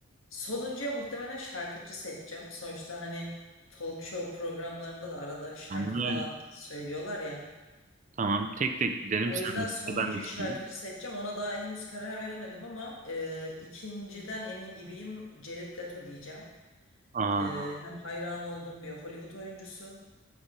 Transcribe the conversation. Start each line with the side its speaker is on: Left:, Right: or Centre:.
Left: Sonuncuya muhtemelen şarkıcı seçeceğim. Sonuçta hani talk show programlarında da arada şarkı
Right: Aynen
Left: falan
Right: öyle.
Left: söylüyorlar ya.
Right: Tamam. Tek tek gidelim.
Left: O
Right: Sen
Left: yüzden sonuncuyu
Right: de ben de
Left: şarkıcı
Right: söyleyeyim.
Left: seçeceğim. Ona daha henüz karar veremedim ama e, ikinciden emin gibiyim. Jared Leto diyeceğim.
Right: Aa,
Left: E, hem hayran olduğum bir Hollywood oyuncusu